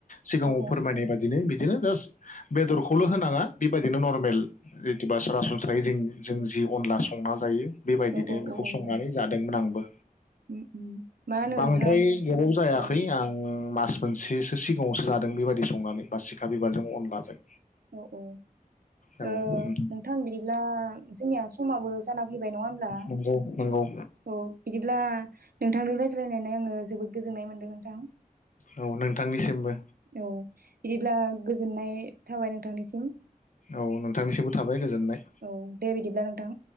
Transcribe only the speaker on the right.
औ औ
औ औ
औ औ
उम उम मा होनो
नोंथां
औ
औ औ
ओ नोंथां बिदिब्ला जोंनिया समाबो जाना फैबाय नङा होमब्ला
औ बिदिब्ला नोंथांनि रायज्लायनाय आङो जोबोद गोजोन्नाय मोन्दों नोंथां।
औ बिदिब्ला गोजोननाय थाबाय नोंथांनिसिम।
औ दे बिदिब्ला नोंथां